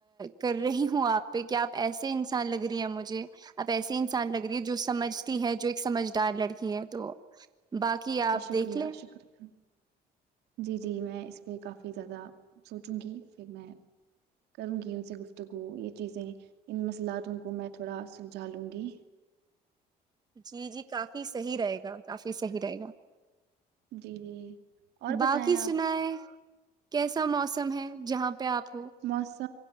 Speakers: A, on the right (about 25°); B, on the right (about 80°).
A: کر رہی ہوں آپ پہ کہ آپ ایسے انسان لگ رہی ہے مجھے اب ایسسی انسان لگ رہی ہے جو سمجھتی ہے جو ایک سمجھدار لڑکی یہ تو باقی
B: جی
A: آپ
B: شکریہ
A: دیکھ لیں
B: شکریہ جی جی میں اس پہ کافی زیادہ سوچوں گی پھر میں کروں گی ان سے گفتگو یہ چیزیں ان مسئلاتوں کو میں تھوڑا سلجھا لوں گی
A: جی جی کافی صحیح رہے گا کافی صحیح رہے گا
B: جی جی اور
A: باقی
B: بتائیں آپ
A: سنائے کیسا موسم ہے جہاں پہ آپ ہو
B: مس س